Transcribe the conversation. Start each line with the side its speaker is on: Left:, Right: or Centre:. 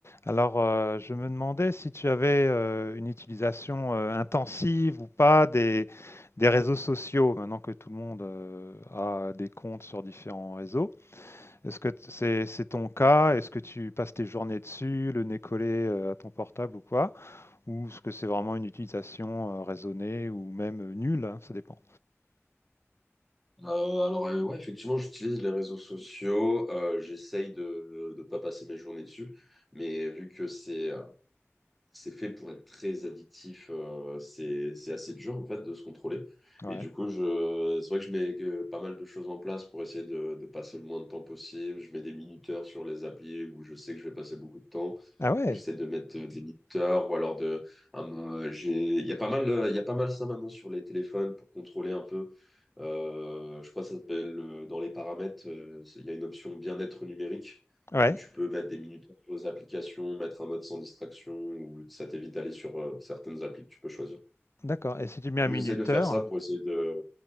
Left: Alors, euh, je me demandais si tu avais euh, une utilisation euh, intensive ou pas des, des réseaux sociaux, maintenant que tout le monde euh, a des comptes sur différents réseaux. Est-ce que t- c'est c'est ton cas? Est-ce que tu passes tes journées dessus, le nez collé euh, à ton portable ou quoi? Ou est-ce que c'est vraiment une utilisation euh, raisonnée ou même euh, nulle, hein, ça dépend.
Centre: Euh, alors, euh, ouais, effectivement, j'utilise les réseaux sociaux. euh, j'essaye de ne pas passer mes journées dessus. Mais vu que c'est c'est fait pour être très addictif. euh, c'est, c'est assez dur, en fait, de se contrôler.
Left: Ouais.
Centre: Et du coup, je, c'est vrai que je mets euh, pas mal de choses en place pour essayer de, de passer le moins de temps possible. Je mets des minuteurs sur les applis où je sais que je vais passer beaucoup de temps.
Left: Ah ouais,
Centre: J'essaie de mettre euh, des minuteurs ou alors de. un, euh, j'ai, il y a pas mal, euh, il y a pas mal ça maintenant sur les téléphones pour contrôler un peu. Euh, je crois que ça s'appelle euh, dans les paramètres, euh, c'est- il y a une option bien-être numérique
Left: ouais,
Centre: où tu peux mettre des minutes sur les applications, mettre un mode sans distraction, ou ça t'évite d'aller sur euh, certaines applis que tu peux choisir.
Left: d'accord. Et si tu mets un
Centre: Donc,
Left: minuteur,
Centre: J'essaie de faire ça pour essayer de,